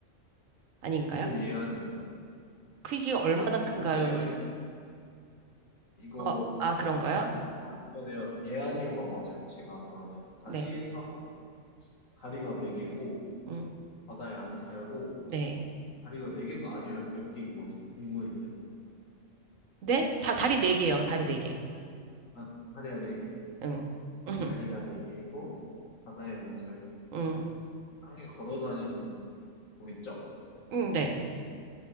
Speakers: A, on the right; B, on the left.
A: 아닌가요?
B: 이거 예안이요요?
A: 크기가 얼마나
B: 아
A: 큰가요는?
B: 아니에요. 이거
A: 어, 아, 그런가요?
B: 아 그러네요. 예안이요가 맞아요. 제가 그러면 다시
A: 네.
B: 생각해 볼게요. 다리가 네 개고
A: 음,
B: 바다에 안 살고
A: 네.
B: 다리가 네 개가 아니면 몇 개인 거지? 동물인데?
A: 네?
B: 음,
A: 다, 다리 네개요 다리 네개
B: 아, 다리가 네 개.
A: 응. 음,
B: 다리가 네 개이고, 바다에 안 살면,
A: 음,
B: 땅에 걸어 다니는 거겠죠?
A: 음, 네.